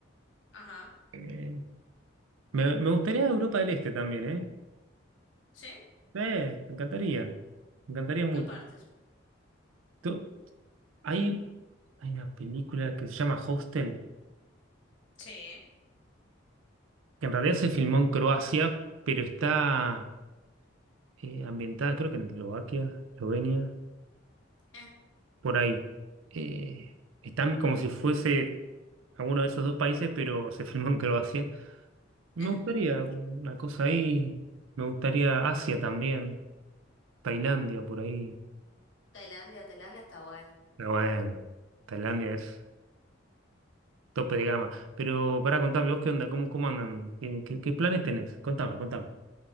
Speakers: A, on the left; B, on the right.
A: Ajá.
B: eh, me, me gustaría Europa del Este también, ¿eh?
A: ¿Sí?
B: Eh, me encantaría, me encantaría mucho.
A: ¿Qué partes?
B: Tú- Hay, hay una película que se llama Hostel.
A: Sí.
B: que en realidad se filmó en Croacia, pero está eh, ambientada, creo que en Eslovaquia, Eslovenia,
A: Eh,
B: por ahí. Eh, están como si fuese alguno de esos dos países, pero se filmó en Croacia. Me
A: eh.
B: gustaría una cosa ahí, me gustaría Asia también, Tailandia por ahí.
A: Tailandia, Tailandia está bueno.
B: Pero bueno, Tailandia es tope de gama. Pero para contame, vos qué onda, cómo, cómo andan, qué, qué- qué planes tenés, contame, contame.